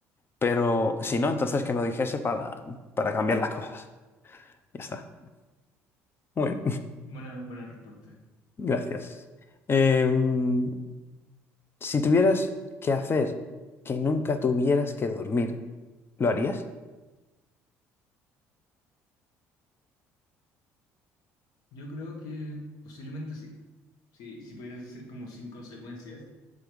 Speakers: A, on the left; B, on the left.
A: Pero si
B: claro.
A: no, entonces que me lo dijese para, para cambiar las cosas. Ya está. Bueno,
B: Buena, buena respuesta.
A: <laughs> gracias. Em, si tuvieras que hacer que nunca tuvieras que dormir, ¿lo harías?
B: Yo creo que posiblemente sí. Sí, si pudieras hacer como sin consecuencias.